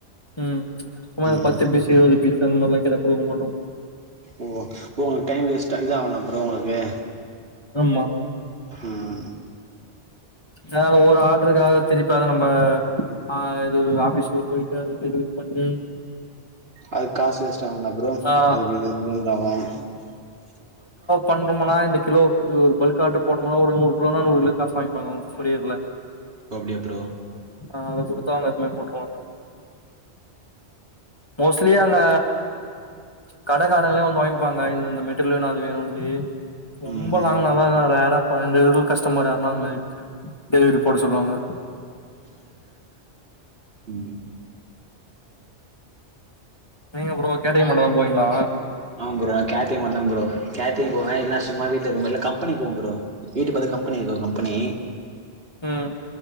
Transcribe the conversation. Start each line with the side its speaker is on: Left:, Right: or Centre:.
Left: ம் ச் சும்மா
Right: ம்
Left: அ பத்து பீசு இருவது பீஸ் அந்த மாரிலா கேட்டா குடுக்க மாட்டோ
Right: ஓ ஓ ஒங்களுக் டைம் வேஸ்டா இத ஆவுல ப்ரோ ஒங்களுக்கு
Left: ஆமா
Right: ம்
Left: எதாது ஒரு ஆட்றுக்காக திருப்பி அத நம்ப ஆ இது ஆபிஸ்குல போயிட்டு அத இது பண்ணி
Right: அதுக் காசு வேஸ்ட் ஆகுல ப்ரோ
Left: ஆ
Right: அதுக்கு இது <unintelligible>
Left: பண்றோமன்னா இந்த கிலோகு ஒரு பல்க் ஆர்டர் போடும்மோ ஒரு நூறு கிலோனா நூறு கிலோ காசு வாங்கிப்பாங்க அவங்க கொரியர்ல
Right: ஓ அப்டியா ப்ரோ
Left: ஆ அத கொடுத்தா அவங்க எப்பவுமே போட்ருவாங்க மோஸ்ட்லி அங்க கடக்காரங்களே வந்து வாங்கிப்பாங்க இந்தந்த மெட்டிரியலு அது வேணும்ட்டு ரொம்ப
Right: ம்
Left: லாங்னால தான் நா ரேரா போனா ரெகுலர் கஸ்டமர் யாருன்னா அந்த மாரி டெலிவரி போட சொல்லுவாங்க
Right: ம்
Left: நீங்க ப்ரோ கெட்டரிங் மட்டுதா போவீங்களா
Right: அ ப்ரோ கேட்ரிங் மட்டுதா ப்ரோ கேட்ரிங் போவே இல்லனா சும்மா வீட்ல இருப்பே கம்பெனி போவே ப்ரோ வீட்டு பக்கத் கம் கம்பெனி இருக்கு ஒரு கம்பெனி
Left: ம்